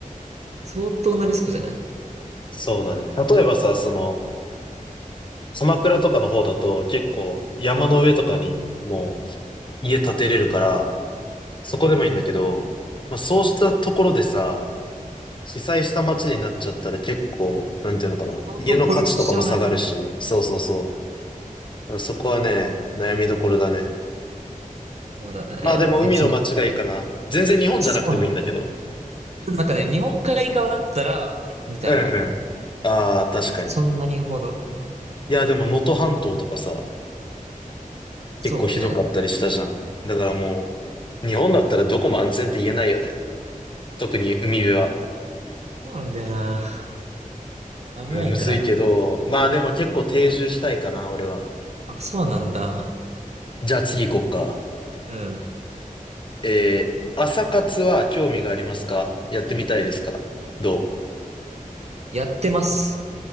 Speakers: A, on the right; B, on the left.
A: 相当なリスクじゃない
B: そうだね。例えばさ、その、鎌倉とかの方だと結構山の上とかにもう家建てれるから、そこでもいいんだけど、まあそうしたところでさ、被災した街になっちゃったら結構、なんていうのかな、
A: いや、相当孤立しちゃわない
B: 家の価値とかも下がるし、そうそうそう。だからそこはね、悩みどころだね。
A: そうだね。
B: まあでも海の街がいいかな。
A: なんかその、
B: 全然日本じゃなくてもいいんだけど。
A: あそうなんだ。なんかね、日本海側だったら、みたいな。
B: うんうん。ああ、確かに。
A: そんなにほど。
B: いやでも能登半島とかさ、
A: そうね。
B: 結構ひどかったりしたじゃん。だからもう、日本だったらどこも安全って言えないよね。特に海辺は。
A: そうなんだよな。危ないから。
B: うんむずいけど、まあでも結構定住したいかな、俺は。
A: あ、そうなんだ。
B: じゃあ次行こっか。
A: うん。
B: えー、朝活は興味がありますかやってみたいですかど
A: やってます。